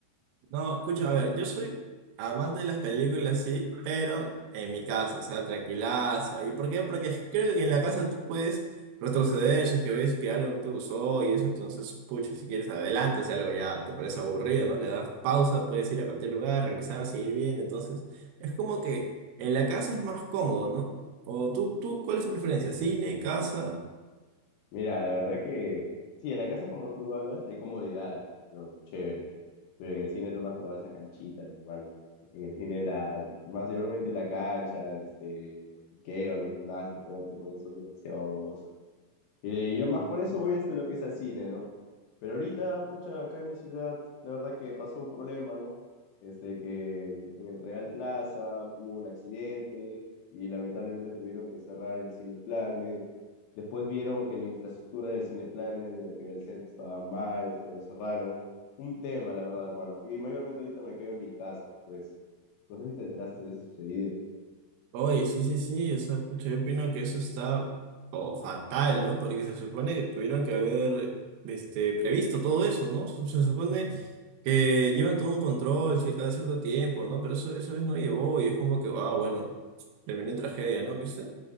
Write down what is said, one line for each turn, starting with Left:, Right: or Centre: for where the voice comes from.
Right: No, pucha, a ver, yo soy amante de las películas, sí, pero en mi casa, o sea, tranquilazo. ¿Y por qué? Porque creo que en la casa tú puedes retroceder si es que ves que algo no te gustó y eso, entonces, pucha, si quieres adelante, si algo ya te parece aburrido, ¿no? Le das pausa, puedes ir a cualquier lugar, regresar, seguir viendo, entonces, es como que en la casa es más cómodo, ¿no? O tú, tú, ¿cuál es tu preferencia? ¿Cine, casa?
Left: Mira, la verdad que sí, en la casa como tú hablas hay comodidades, es lo chévere, pero en el cine tú no has probado esa canchita, mi hermano. En el cine la, mayormente la cancha, este, los piqueos, los snacks que todo te ponen son demasiado y yo más por eso voy a este lo que es al cine, ¿no? Pero ahorita, pucha, acá en mi ciudad, la verdad que pasó un problema, ¿no? Este, que en el Real Plaza hubo un accidente y lamentablemente tuvieron que cerrar el Cineplanet. Después vieron que la infraestructura del Cineplanet, de lo que era el centro, estaba mal, también lo cerraron. Un tema, la verdad, hermano. Y mayormente ahorita me quedo en mi casa, pues. No sé si te enteraste de eso sucedido.
Right: Oye, sí, sí, sí, o sea, pucha, yo opino que eso está oh, fatal, ¿no? Porque se supone que tuvieron que haber este, previsto todo eso, ¿no? Se, se supone que llevan todo un control cier- cada cierto tiempo, ¿no? Pero eso, eso no llevó y es como que, ah, bueno, terminó en tragedia, ¿no? ¿Viste?